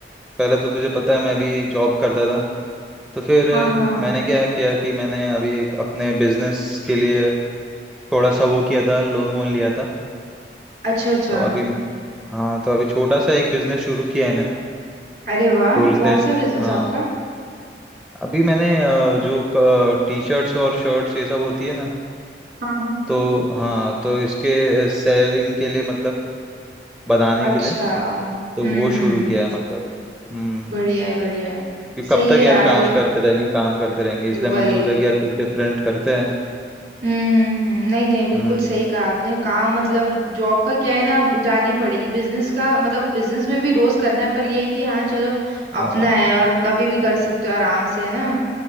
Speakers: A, in the centre; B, on the right.
A: पहले तो तुझे पता है मैं अभी जॉब करता था तो फिर अ,
B: हाँ हाँ हाँ
A: मैंने क्या किया कि मैंने अभी एक अपने बिजनेस के लिए थोड़ा सा वो किया था लोन वोन लिया था
B: अच्छा अच्छा
A: तो अभी हाँ तो अभी छोटा सा एक बिजनेस शुरू किया है मैंने
B: अरे वाह
A: होलसेल
B: कौन सा बिजनेस
A: हाँ
B: आपका
A: अभी मैंने अ, जो टी शर्ट्स और शर्ट्स ये सब होती है ना
B: हाँ हाँ
A: तो
B: हाँ।
A: हाँ तो इसके सेलिंग के लिए मतलब बनाने
B: अच्छा
A: के लिए
B: हम्म
A: तो वो शुरू
B: हम्म
A: किया है मतलब हम्म
B: बढ़िया है बढ़िया है
A: कि
B: सही
A: कब तक
B: है यार
A: यार काम
B: ये
A: करते रहेंगे काम करते रहेंगे इसलिए
B: वही
A: मैंने सोचा कि यार कुछ डिफरेंट करते हैं
B: हम्म हम्म हम्म, नहीं नहीं बिल्कुल
A: हम्म
B: सही कहा आपने काम मतलब जॉब का क्या है ना आप जानी ही पड़ेगी बिजनेस का मतलब बिजनेस में भी रोज करना है पर ये है कि हाँ चलो
A: हाँ
B: अपना है और कभी भी कर सकते हो आराम से है ना